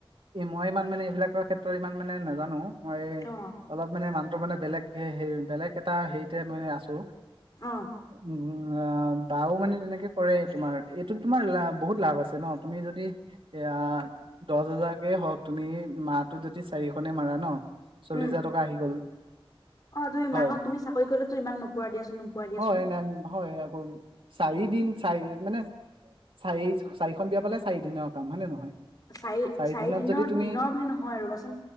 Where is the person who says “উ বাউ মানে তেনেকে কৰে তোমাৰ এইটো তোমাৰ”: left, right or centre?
Right